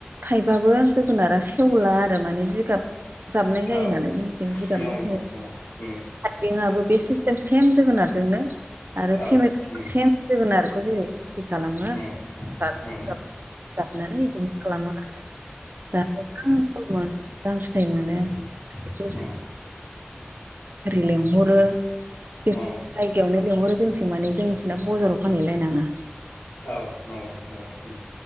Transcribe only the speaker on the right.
थाइबाबो जोगोनारा सेवला आरो माने जिगाब जाबनाय जायो
नालाय जोंथिं जिगाबनि
थाखाय
बेंकआबो बे सिस्टेम सेम जोगोनारजोंनो। आरो
टेमेट'खौ
सेम जोगोनारखौ जेरै खेथि खालामो।
<unintelligible>
खालामो आरो दा मोजां फल मोनो मोजां फिथाइ मोनो
बेखौ
<inaudible> लेंहरो बे
बियावनो
लिंहरो जोंथिं माने जोंनिथिंना बजाराव फानैलायनाङा।